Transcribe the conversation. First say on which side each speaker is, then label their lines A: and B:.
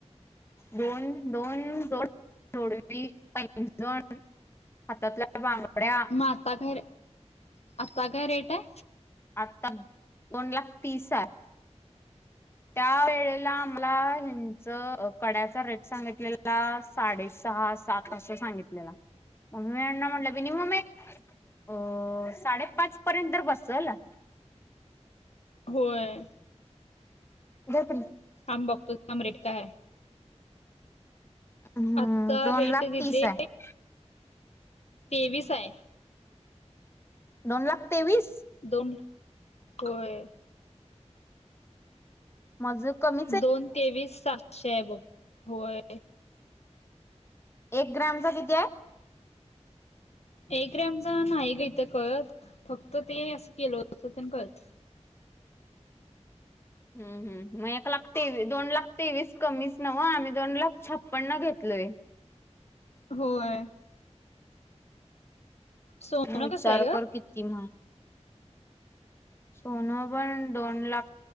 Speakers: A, on the left; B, on the left.
A: दोन दोन जोड जोडवी पैंजन हातातल्या बांगड्या
B: म आता काय रे आता काय रेट आय?
A: आता दोन लाख तीस आय. त्या वेळेला आम्हाला ह्यांच कड्याचा रेट सांगितलेला साडेसहा सात असं सांगितलेला म मी यांना म्हणलं बी नी मम्मे अ साडेपाच पर्यंत तर बसल
B: होय.
A: झोपील -
B: थांब बघतो थांब रेट काय हाय.
A: हम्म
B: आत्ता
A: दोन
B: रेट
A: लाख
B: दिदी
A: तीस आहे
B: तेवीस आय.
A: दोन लाख तेवीस.
B: दोन ल, होय.
A: माज कमी
B: दोन तेवीस सातशे हाय बघ. होय.
A: एक ग्रामचा किती आय.
B: एक ग्रॅमचा नाही ग इथं कळत फक्त ते असं केलं होतं ते पण कळत.
A: हम्म, हम्म मग एक लाख तेवीस दोन लाख तेवीस कमीच न्हवं आम्ही दोन लाख छप्पन्न घेतलोय.
B: होय. सोनं
A: विचार
B: कसं आहे ग?
A: कर किती म सोनं पण दोन लाख